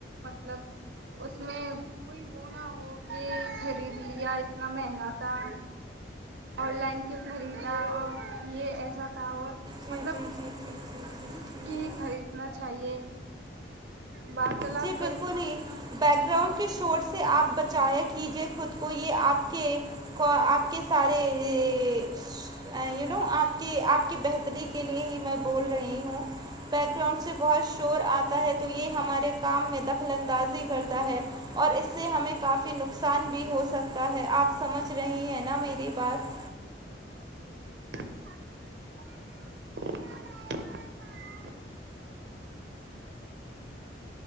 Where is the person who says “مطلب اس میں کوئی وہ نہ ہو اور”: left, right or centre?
Right